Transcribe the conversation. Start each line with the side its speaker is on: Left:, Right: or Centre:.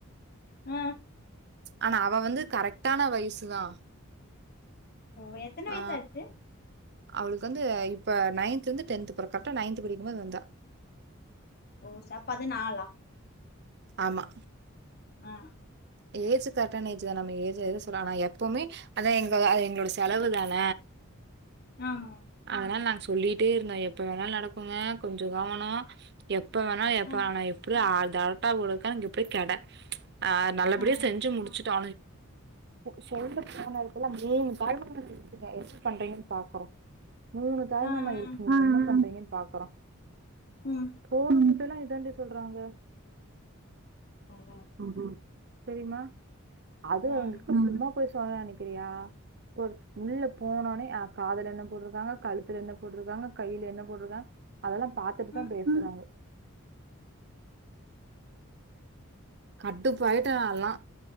Left: ஆ
Right: ஆனா அவ வந்து கரெக்டான வயசுதா
Left: ஓ எத்தன
Right: ஆ
Left: வயசு ஆச்சு
Right: அவளுக்கு வந்து இப்ப நையன்தில இருந்து டென்த் போறா கரெக்டா நையன்து படிக்கும்போது வந்தா
Left: ஓ ச பதுநாளா
Right: ஆமா
Left: ம்
Right: ஏஜ் கரெக்டான ஏஜ்தா. நம்ம ஏஜ் எது சொல்லலா எப்பவுமே அதா எங்க அது எங்களோட செலவு தான
Left: ஆமா
Right: அதனால் நாங்க சு சொல்லிட்டே இருந்தோ எப்ப வேணாலு நடக்குங்க கொஞ்சோ கவனோ எப் எப்ப வேணா எப்ப
Left: ஆ
Right: வேணா ஆனா எப்டி ஆ கரெட்டா குடுத்தா இங்க போய் கெட ஆ நல்ல படியா
Left: ஆ
Right: செஞ்சு முடிச்சுட் <unintelligible> சொல்லப் போன எடத்துல மூனு தாய்மாமா <unintelligible> எப்டி பண்றீங்கன்னு பாக்குறோம் மூணு தாய்மாமா
Left: ஆ
Right: இருக்கீங்க
Left: ஆ
Right: எப்டி பண்றீங்கன்னு அ அ அ பாக்குறோ
Left: ம்
Right: போல் <inaudible> இதெல்லா எப்டி இரண்டு சொல்றாங்க
Left: ஆஹா
Right: ம் ஹு செரிமா அதுவு
Left: ஆ
Right: <inaudible> போய் சொல்லனு நெனக்கிறியா இப்ப உள்ள போனோனே அ காதுல என்ன போட்டுருக்காங்க கழுத்துல என்ன போட்டுருக்காங்க கையில என்ன போட்டுருக்காங்க அதெல்லா பாத்துட்டுதா
Left: ம்
Right: பேசுறாங்க கடுப்பாயிட்டே நா எல்லா